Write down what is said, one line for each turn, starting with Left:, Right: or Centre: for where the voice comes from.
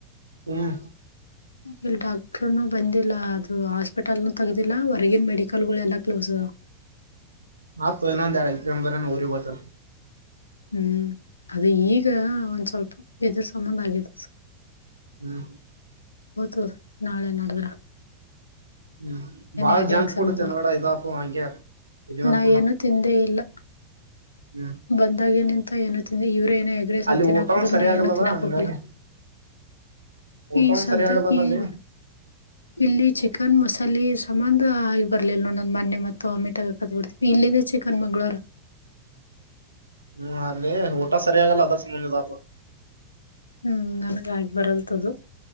Right: ಹ್ಮ್
Left: ಇಲ್ಲಿ ಡಾಕ್ಟ್ರನು ಬಂದಿಲ್ಲ ಅದು ಹಾಸ್ಪಿಟಲ್ನುತಗ್ದಿಲ್ಲಾ ಹೊರ್ಗಿನ ಮೆಡಿಕಲ್ ಗಳು ಎಲ್ಲಾ ಕ್ಲೋಸ್ ಅದ.
Right: ಮತ್ತ ಇನ್ನೊಂದು ಎರಡು ದಿನ ಊರಿಗೆ ಹೋಗ್ತೇನೆ.
Left: ಹ್ಮ್ ಅದು ಈಗ ಒಂದ್ ಸ್ವಲ್ಪ ಇದ್ರ ಸಮಾನ ಆಗೈತೆ.
Right: ಹ್ಮ್
Left: ಗೊತ್ತು ನಾಳೆ ನಾಡದ.
Right: ಹು ಬಾಳ
Left: ಎರಡೇ
Right: ಜಂಕ್
Left: ಎಕ್ಸಾಮ್
Right: ಫುಡ್
Left: ಅದಾವ
Right: ತಿನ್ನಬೇಡಾ ಇದಾಪ್ಪವ ಹಂಗೆ. ಇದ್ ಮೇಲ್
Left: ನಾ ಏನು ತಿಂದೇ ಇಲ್ಲಾ.
Right: ಹು
Left: ಬಂದಾಗೆ ನಿಂತ ಏನು ತಿಂದೆ ಇವರೇ ಏನೆ ಎಗ್ರೇಸ
Right: ಅಲ್ಲಿ
Left: ತಿನ್ನಾಕಹೋದ್ರು
Right: ಊಟನು ಸರಿ
Left: ನಾ
Right: ಆಗಲ್ಲಲ್ಲ
Left: ಏನು ತಿನ್ನಾಕೋಗಲ್ಲಾ.
Right: ಹಂಗಾಗಿ ಊಟನು
Left: ಈ ಸದ್ದೇಕ
Right: ಸರಿ ಆಗಲ್ಲಲ್ಲ
Left: ಈಗ.
Right: ಅಲ್ಲಿ
Left: ಇಲ್ಲಿ ಚಿಕ್ಕನ್ ಮಸಾಲೆ ಸಂಬಧ ಈಗ ಬರ್ಲಿಲ್ಲ ನೋಡೊನನಗ ಮೊನ್ನೆ ಮತ್ತ ಓಮಿಟ ಆಗತ. ಆಗಬಿಡತ ಇಲ್ಲಿದ ಚಿಕ್ಕನ್ ಮಂಗಳವಾರಾ
Right: ಹು ಅಲ್ಲೇ ಊಟಾ ಸರಿಯಗಲ್ಲಾ ಅದರ ಸಮಂದ ಇದಾತು.
Left: ಹು ನನ್ಗ ಆಗಿ ಬರಲದದು.